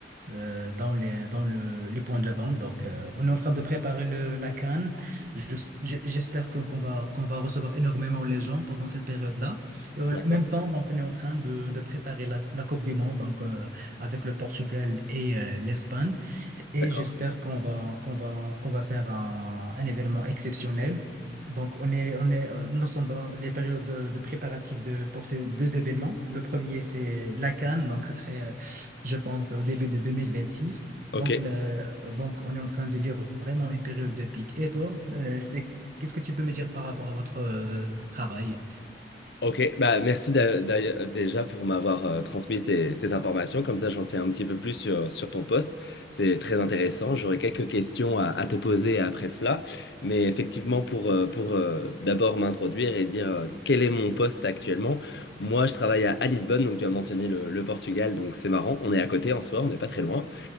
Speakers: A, on the right; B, on the left.
A: euh, dans les, dans le, les points de vente. Donc, euh, on est en train de préparer le, la CAN. Je- je- J'espère que- qu'on va, qu'on va recevoir énormément les gens pendant cette période-là. Et en
B: D'accord,
A: même temps, donc, on est en train de, de préparer la, la Coupe du Monde donc, euh, avec le Portugal et euh, l'Espagne et
B: d'accord.
A: j'espère qu'on va, qu'on va, qu'on va faire un, un événement exceptionnel. Donc, on est, on est, nous sommes dans les périodes de, de préparatifs de, pour ces deux événements. Le premier, c'est la Cannes, donc ce serait, euh, je pense, au début de 2026.
B: Ok,
A: Donc, le- donc, on est en train de vivre vraiment une période de pic. Et toi, euh, c'est, qu'est-ce que tu peux me dire par rapport à votre euh, travail?
B: ok. Bah, merci d'a- d'a- déjà pour m'avoir euh, transmis ces- cette information. Comme ça, j'en sais un petit peu plus sur, sur ton poste. C'est très intéressant. J'aurais quelques questions à, à te poser après cela. Mais effectivement, pour, euh, pour euh, d'abord m'introduire et dire euh, quel est mon poste actuellement, moi, je travaille à, à Lisbonne. Donc, tu as mentionné le, le Portugal. Donc, c'est marrant. On est à côté en soi, on n'est pas très loin.